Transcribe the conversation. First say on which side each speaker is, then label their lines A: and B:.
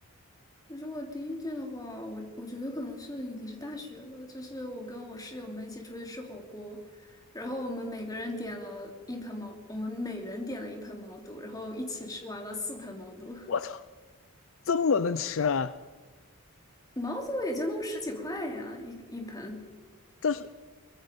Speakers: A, on the left; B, on the left.
A: 如果第一件的话，我我觉得可能是已经是大学了，就是我跟我室友们一起出去吃火锅，然后我们每个人点了一盆毛，我们每人点了一盆毛肚，然后一起吃完了四盆毛肚。
B: 我操，这么能吃啊！
A: 毛肚也就那么十几块呀，一一盆。
B: 但是